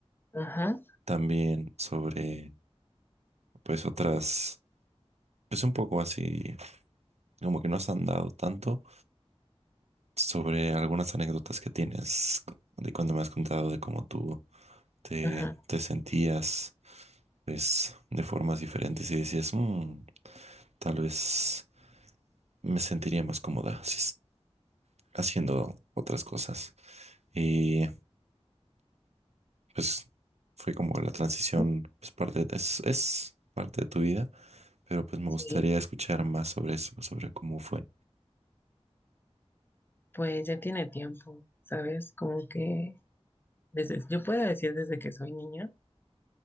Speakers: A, on the left; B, on the right.
A: Ajá,
B: también sobre pues otras pues un poco así como que no has andado tanto sobre algunas anécdotas que tienes de cuando me has contado de cómo tú te,
A: ajá,
B: te sentías, pues, de formas diferentes y decías, "Mm, tal vez me sentiría más cómoda si es- haciendo otras cosas. Y pues fue como la transición,
A: ajá,
B: pues, parte, es, es parte de tu vida, pero pues me
A: sí,
B: gustaría escuchar más sobre eso, sobre cómo fue.
A: pues ya tiene tiempo, ¿sabes? Como que desde, yo puedo decir desde que soy niña,